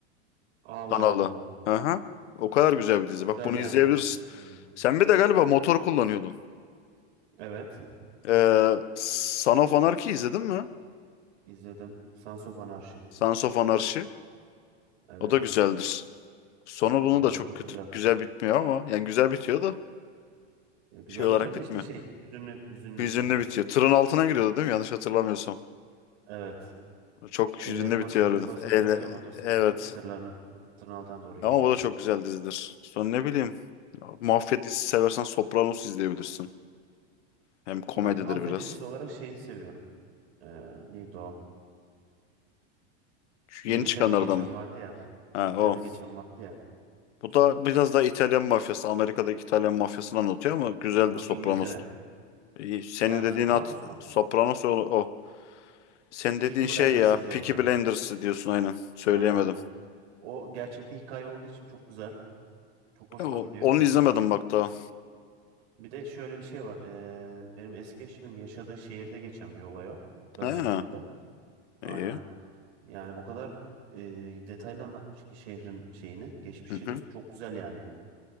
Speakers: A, on the right (about 75°); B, on the left (about 85°).
A: Allah
B: Kanalı.
A: Allah.
B: Hı hı. O kadar güzel bir dizi.
A: Güzel
B: Bak bunu
A: yani.
B: izleyebilirsin.
A: Hmm,
B: Sen bir de galiba motor kullanıyordun.
A: Evet.
B: Ee, Son of Anarchy izledin mi?
A: İzledim. Sons of Anarchy.
B: Sons of Anarchy.
A: Evet.
B: O da güzeldir. Sonu bunun
A: Evet
B: da çok
A: o çok
B: kötü,
A: güzel.
B: güzel bitmiyor ama. Yani güzel bitiyor da
A: E, güzel
B: şey olarak
A: bitiyor da
B: bitmiyor.
A: işte şey hüzünlü hüzünlü
B: Hüzünlü
A: bitiyor.
B: bitiyor. Tırın altına giriyordu değil mi? Yanlış hatırlamıyorsam.
A: Evet.
B: Çok
A: Ellerini
B: hüzünlü
A: bakıyor
B: bitiyor harbiden.
A: bas, bırakıyor
B: Ele-
A: motosikletten
B: evet.
A: tırların tırın altına doğru gidiyor.
B: Ama bu da çok güzel dizidir. Sonra ne bileyim. Mafya dizisi seversen Sopranos izleyebilirsin. Hem komedidir
A: Ben mafya
B: biraz.
A: dizisi olarak şeyi seviyorum. Ee, neydi o?
B: Şu
A: İngiltere'de
B: yeni çıkanlardan
A: geçen
B: mı?
A: vardı ya. İngiltere'de
B: Ha o.
A: geçen vardı ya.
B: Bu da biraz daha İtalyan mafyası, Amerika'daki İtalyan mafyasını anlatıyor ama güzeldir
A: Yok
B: Sopranos.
A: İngiltere.
B: İyi, Senin
A: Ha
B: dediğin
A: Sopranos
B: at,
A: mu?
B: Sopranos o, o. Senin
A: Peaky
B: dediğin
A: Blinders'ı
B: şey ya,
A: diyorum
B: Peaky
A: ben.
B: Blinders diyorsun aynen. Söyleyemedim.
A: Aynen O gerçek bir hikaye olduğu için çok güzel. Çok hoşuma
B: Ya o-
A: gidiyor.
B: onu
A: Çünkü
B: izlemedim bak daha.
A: bir de şöyle bir şey var. Ee, benim eski eşimin yaşadığı şehirde geçen bir olay o. Birmingham'da.
B: He,
A: Aynen.
B: iyi.
A: Yani o kadar e, detaylı anlatmış ki şehrin şeyini, geçmişini.
B: Hı hı,
A: Çok güzel yani.